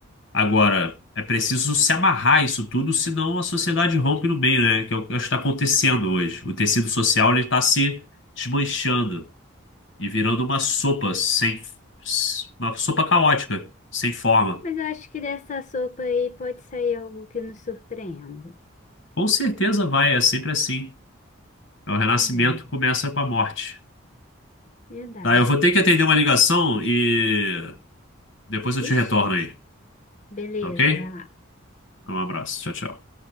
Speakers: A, on the left; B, on the left.
A: Agora, é preciso se amarrar isso tudo, senão a sociedade rompe no meio, né? Que é o que está acontecendo hoje. O tecido social ele está se desmanchando e virando uma sopa sem, uma sopa caótica, sem forma.
B: Mas eu acho que dessa sopa aí pode sair algo que nos surpreenda.
A: Com certeza vai, é sempre assim. É O renascimento
B: É,
A: começa com a morte.
B: verdade.
A: Tá, eu vou ter que atender uma ligação e depois eu te
B: Ixi,
A: retorno aí,
B: beleza,
A: tá ok?
B: vai lá.
A: Um abraço, tchau, tchau.